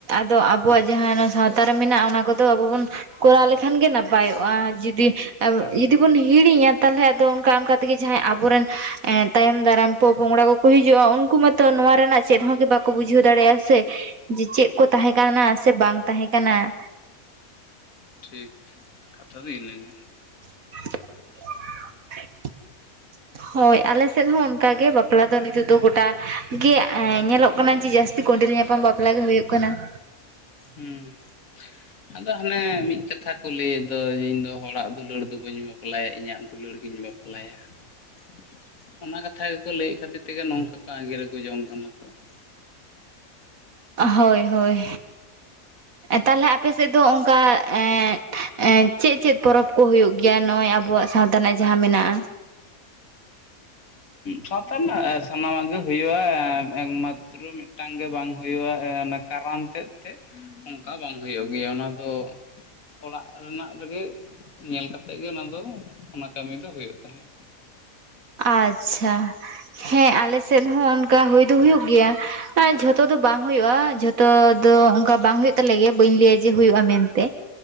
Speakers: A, on the right; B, on the left.
A: ᱫᱚ ᱟᱵᱚᱣᱟᱜ ᱡᱟᱦᱟᱸ ᱥᱟᱶᱛᱟ ᱨᱮ ᱢᱮᱱᱟᱜ ᱚᱱᱟ ᱠᱚᱫᱚ ᱟᱵᱚ ᱵᱚᱱ ᱠᱚᱨᱟᱣ ᱞᱮᱠᱷᱟᱱ ᱜᱮ ᱱᱟᱯᱟᱭᱚᱜᱼᱟ ᱡᱩᱫᱤ ᱟᱨ
B: ᱦᱮᱸ
A: ᱡᱩᱫᱤ ᱵᱚᱱ ᱦᱤᱲᱤᱧᱟ ᱛᱟᱦᱚᱞᱮ ᱟᱫᱚ ᱚᱱᱠᱟ ᱚᱱᱠᱟ ᱛᱮᱜᱮ ᱡᱟᱦᱟᱸᱭ ᱟᱵᱚᱨᱮᱱ ᱛᱟᱭᱚᱢ ᱫᱟᱨᱟᱢ ᱯᱚᱼᱯᱚᱝᱲᱟᱸ ᱠᱚᱠᱚ ᱦᱤᱡᱩᱜᱼᱟ ᱩᱱᱠᱩ ᱢᱟᱛᱚ ᱱᱚᱣᱟ ᱨᱮᱱᱟᱜ ᱪᱮᱫ ᱦᱚᱸ ᱜᱮ ᱵᱟᱠᱚ ᱵᱩᱡᱷᱟᱹᱣ ᱫᱟᱲᱮᱭᱟᱜᱼᱟ ᱥᱮ ᱡᱮ ᱪᱮᱫ ᱠᱚ ᱛᱟᱦᱮᱸ ᱠᱟᱱᱟ ᱥᱮ ᱵᱟᱝ ᱛᱟᱦᱮᱸ ᱠᱟᱱᱟ
B: ᱴᱷᱤᱠ ᱠᱟᱛᱷᱟ ᱫᱚ ᱤᱱᱟᱹᱜᱮ
A: <inaudible> ᱦᱳᱭ ᱟᱞᱮ ᱥᱮᱫ ᱦᱚᱸ ᱚᱱᱠᱟᱜ ᱜᱮ ᱵᱟᱯᱞᱟ ᱫᱚ ᱱᱤᱛᱳᱜ ᱫᱚ ᱜᱚᱴᱟ ᱜᱮ ᱧᱮᱞᱚᱜ ᱠᱟᱱᱟ ᱡᱮ ᱡᱟᱹᱥᱛᱤ ᱠᱚᱸᱰᱮᱞ ᱧᱟᱯᱟᱢ ᱵᱟᱯᱞᱟ ᱜᱮ ᱦᱩᱭᱩᱜ ᱠᱟᱱᱟ ᱾
B: ᱦᱮᱸ ᱾ ᱟᱫᱚ ᱦᱟᱱᱮ ᱢᱤᱫ ᱠᱟᱛᱷᱟ ᱠᱚ ᱞᱟᱹᱭᱮᱫ ᱫᱚ ᱤᱧ ᱫᱚ ᱦᱚᱲᱟᱜ ᱫᱩᱞᱟᱹᱲ ᱫᱚ ᱵᱟᱹᱧ ᱵᱟᱯᱞᱟ-ᱟ ᱾ ᱵᱟᱯᱞᱟᱭᱟ ᱤᱧᱟᱹᱜ ᱫᱩᱞᱟᱹᱲ ᱜᱤᱧ ᱵᱟᱯᱞᱟᱭᱟ ᱾ ᱚᱱᱟ ᱠᱟᱛᱷᱟ ᱜᱮᱠᱚ ᱞᱟᱹᱭᱮᱫ ᱠᱷᱟᱹᱛᱤᱨ ᱛᱮᱜᱮ ᱱᱚᱝᱠᱟ ᱠᱚ ᱟᱸᱜᱤᱨ ᱟᱜᱩ ᱡᱚᱝ ᱠᱟᱱᱟ ᱠᱚ ᱾
A: ᱦᱳᱭ ᱦᱳᱭ ᱛᱟᱦᱚᱞᱮ ᱟᱯᱮ ᱥᱮᱫ ᱫᱚ ᱚᱱᱠᱟ ᱮᱸ ᱮᱸ ᱪᱮᱫ ᱪᱮᱫ ᱯᱚᱨᱚᱵᱽ ᱠᱚ ᱦᱩᱭᱩᱜ ᱜᱮᱭᱟ ᱱᱚᱜᱼᱚᱭ ᱟᱵᱚᱣᱟᱜ ᱥᱟᱶᱛᱟ ᱨᱮᱱᱟᱜ ᱡᱟᱦᱟᱸ ᱢᱮᱱᱟᱜᱼᱟ?
B: ᱥᱟᱶᱛᱟ ᱨᱮᱱᱟᱜ ᱥᱟᱱᱟᱢᱟᱜ ᱜᱮ ᱦᱩᱭᱩᱜᱼᱟ ᱮᱠᱢᱟᱛᱚ ᱩᱛᱨᱩ ᱢᱤᱫᱴᱟᱝ ᱜᱮ ᱵᱟᱝ ᱦᱩᱭᱩᱜᱼᱟ ᱚᱱᱟ ᱠᱟᱨᱟᱢ ᱛᱮᱫ ᱛᱮ ᱾ ᱚᱱᱠᱟ ᱵᱟᱝ ᱦᱩᱭᱩᱜ ᱜᱮᱭᱟ ᱚᱱᱟ ᱫᱚ ᱾ ᱚᱲᱟᱜ ᱨᱮᱱᱟᱜ ᱨᱮᱜᱮ ᱧᱮᱞ ᱠᱟᱛᱮᱫ ᱜᱮ ᱚᱱᱟ ᱫᱚ ᱚᱱᱟ ᱠᱟᱹᱢᱤ ᱫᱚ ᱦᱩᱭᱩᱜ ᱛᱟᱦᱮᱸᱫ ᱾
A: ᱟᱪᱪᱷᱟ ᱦᱮᱸ ᱟᱞᱮᱥᱮᱫ ᱦᱚᱸ ᱚᱱᱠᱟ ᱦᱩᱭ ᱫᱚ ᱦᱩᱭᱩᱜ ᱜᱮᱭᱟ ᱟᱨ ᱡᱚᱛᱚ ᱡᱷᱚᱛᱚ ᱫᱚ ᱵᱟᱝ ᱦᱩᱭᱩᱜᱼᱟ ᱡᱷᱚᱛᱚ ᱫᱚ ᱚᱱᱠᱟ ᱵᱟᱝ ᱦᱩᱭᱩᱜ ᱛᱟᱞᱮ ᱜᱮ ᱵᱟᱹᱧ ᱞᱟᱹᱭᱟ ᱡᱮ ᱦᱩᱭᱩᱜᱼᱟ ᱢᱮᱱᱛᱮ